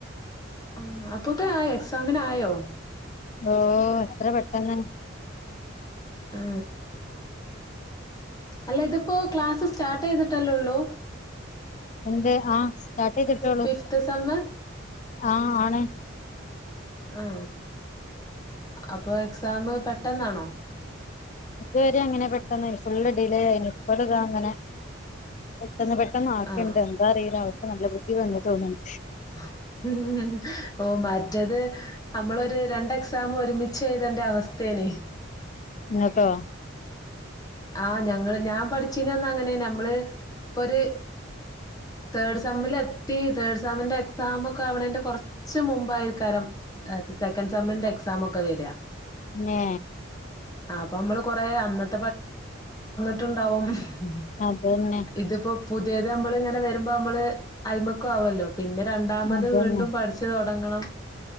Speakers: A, on the left; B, on the left.
A: ആ അപ്പൊത്തിനു ആയോ എക്സ് സാമിനായോ
B: ഓ എത്ര പെട്ടെന്ന്
A: ആ അല്ല ഇതിപ്പോ ക്ലാസ് സ്റ്റാർട്ട് ചെയ്തിട്ടല്ലേള്ളൂ
B: എന്ത് ആ സ്റ്റാർട്ട ചെയ് കിട്ടോളൂ
A: ഫിഫ്ത്ത് സെമ്മ്
B: ആ ആണ്
A: ആ അപ്പൊ എക്സാം പെട്ടെന്നാണോ
B: ഇതുവരെ അങ്ങനെ പെട്ടെന്ന് ഫുള്ള് ഡിലേ ആയി ഇപ്പോൾ ഇതാ അങ്ങനെ പെട്ടന്ന് പെട്ടെന്ന് ആക്കുണ്ട്
A: ആഹ്
B: എന്താ അറിയിലാ നല്ല ബുദ്ധി വന്ന തോന്നിയാണ്
A: <inaudible> ഓ ബ മറ്റേത് നമ്മളൊരു രണ്ട് എക്സാം ഒരുമിച്ച് എഴുതേണ്ട അവസ്ഥേനെ
B: ഇങ്ങക്കൊ
A: ആ് ഞങ്ങള് ഞാൻ പഠിച്ചീനന്ന അങ്ങനെ നമ്മള് ഇപ്പൊ ഒരു തേർഡ് സെമ്മില എത്തി തേർഡ് സെമിന്റെ എക്സാമ ഒക്കെ ആവണന്റെ കൊറച്ച മുമ്പായിരിക്കാരം സെക്കൻഡ് സെമ്മിന്റെ എക്സാമ ഒക്കെ വരിക
B: ന്നെ
A: ആ അപ്പൊ നമ്മള് കൊറെ അന്നത്തെ ട്ടുണ്ടാവും ഉ
B: അതന്നെ
A: ഇതിപ്പോ പുതി അതത് നമ്മള് ഇങ്ങനെ വരുമ്പോ നമ്മള് അയിൽബക്ക ആവേല്ലോ. പിന്നെ രണ്ടാമത്
B: അതന്നെ
A: വീണ്ടും പഠിച്ച് തുടങ്ങണം.